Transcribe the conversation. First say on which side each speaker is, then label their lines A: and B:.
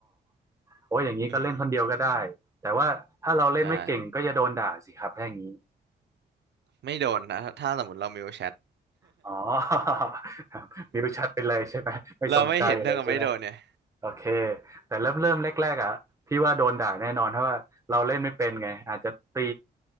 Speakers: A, on the right; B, on the right.
A: โอ้ยอย่างนี้ก็เล่นคนเดียวก็ได้แต่ว่าถ้าเราเล่นไม่เก่งก็จะโดนด่าสิครับถ้าอย่างนี้
B: อืมใช่ไม่โดนนะถ้าถ้าสมมติเรามิวแชท <laughs>
A: อ๋อ <laughs> มิวชัดไปเลยใช่ไหมไม่สนใจเลยใช่ไหม
B: เราไม่เห็นเท่ากับไม่โดนเนี่ย
A: โอเคแต่เริ่มเริ่มแรกๆอ่ะพี่ว่าโดนด่าแน่นอนเพราะว่าเราเล่นไม่เป็นไงอาจจะตี